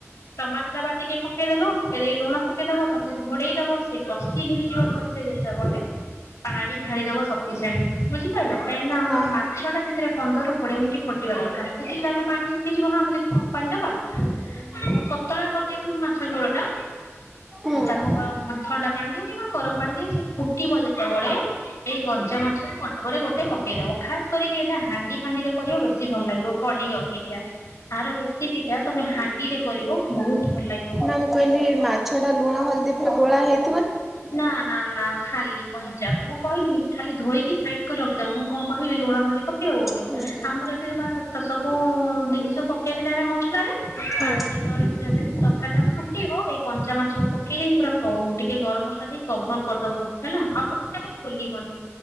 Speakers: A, on the left; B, in the centre.
A: ଟମା ସେଟା ବାଟିକି ପକେଇଦେଲୁ ପକେଇ ଦେଇ ଲୁଣ ପକେଇଦବ ତାପ ଘୋଡେଇ ଦବ ସେ କଷି ହେଇଯିବ ଭଲ ସେ ଯେତେବେଳେ ପାଣି ଢାଳିଦବ ସବୁ କେଜାଣି ବୁଝିପାରିଲ କାହିଁକି ନା ଆମର
B: ହଁ ହଁ
A: ମାଛଟା ସେଥିରେ ପନ୍ଦରରୁ କୋଡିଏ ମିନିଟ୍ ଫୁଟିବା ଦରକାର ସେତିକି୍ରେ ପାଣି ଶୁଖିଯିବ ନା ଆମେ ଯଦି କମ୍ ପାଣି ଦବା ହଁ
B: ହୁଁ ହୁଁ
A: ପତଳା କରିଦେଇଥିବୁ ମାଛ ଝୋଳ ଟା
B: ହୁଁ।
A: ତାକୁ କଅ ଥଣ୍ଡା ପାଣି ଦିଅ କିମ୍ବା ଗରମ ପାଣି ଦିଅ ସେ ଫୁଟିବ ଯେତେବେଳେ ଏଇ କଞ୍ଚା ମାଛକୁ ଗୋଟେ ପେଇଦବ ଖାସ୍ କରିକି ଏଇଟା ହାଣ୍ଡି ଫାଣ୍ଡି ରେ କରିବ ବେଶୀ ଭଲ ଲାଗିବ କଢେଇ ଅପେ। ଆ ରେସିପି ଟା ତମେ ହାଣ୍ଡିରେ କରିବ ବହୁତ ଭଲ ଲାଗି
B: ନା ମୁଁ କଇଲି ମାଛ ଟା ଲୁଣ ହଳଦୀ ଫେରେ ଗୋଳା ହେଇ
A: ନା ନା ନା ଖାଲି କଣ। ଚାପ୍ ମୁଁ କହିଲିନିକି ଖାଲି ଧୋଇକି ସାଇଡ କରି ରଖିଦବ ମୁଁ କଣ କିବିୁଣ ହଳଦୀ ପକେଇବ ବୋଲି।
B: ହୁଁ ହୁଁ
A: ଆମର ଏଠି ବା ସବୁ ଜିନିଷ ପକେଇଥିଲେ ଆମେ ମସଲା ରେ
B: ହୁଁ
A: ପାଣି ଯେତେବେଳେ ଥିଲା ସେତ ତରକାରୀ ଫୁଟିବ ଏଇ କଞ୍ଚା ମାଛ ପକେଇକି ପୁରା କ ଟେ ଟିକେ ଗରମ ମସଲା ଦେଇ କଭର କରିଦବ ହେଲା ଆଉ ଟୋଟାଲି ଖୋଲିବନି।